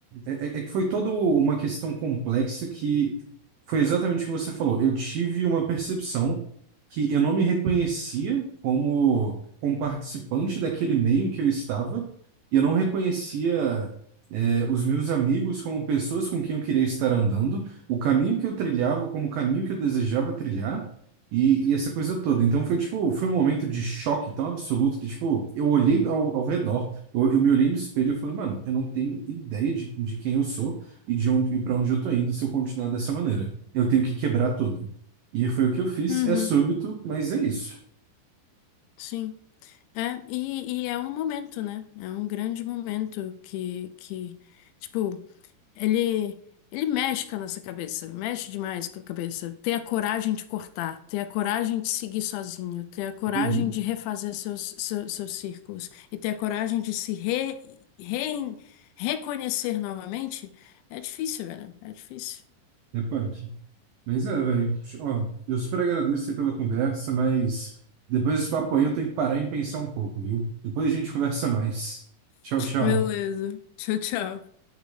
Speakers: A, on the right (about 85°); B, on the left (about 85°).
A: é- é é que foi toda uma questão complexa que foi exatamente o que você falou. Eu tive uma percepção que eu não me reconhecia como, como participante daquele meio em que eu estava, e eu não reconhecia, é, os meus amigos como pessoas com quem eu queria estar andando, o caminho que eu trilhava como o caminho que eu desejava trilhar. E, e essa coisa toda. Então foi tipo, foi um momento de choque tão absoluto que, tipo, eu olhei ao ao redor. Eu, eu me olhei no espelho e falei, mano, eu não tenho ideia de, de quem eu sou e de onde, e para onde eu tô indo se eu continuar dessa maneira. Eu tenho que quebrar tudo. E foi o que eu fiz.
B: Uhum,
A: É súbito, mas é isso.
B: sim. É, e, e é um momento, né? É um grande momento que, que tipo, ele, ele mexe com a nossa cabeça, mexe demais com a cabeça. Ter a coragem de cortar, ter a coragem de seguir sozinho, ter a coragem
A: Uhum.
B: de refazer seus, seus, seus círculos e ter a coragem de se re, re- reconhecer novamente, é difícil, velho. É difícil.
A: É punk. Mas é, velho. Ó, eu super agradeço você pela conversa, mas depois desse papo aí eu tenho que parar e pensar um pouco, viu? Depois a gente conversa mais. Tchau, tchau.
B: Beleza. Tchau, tchau.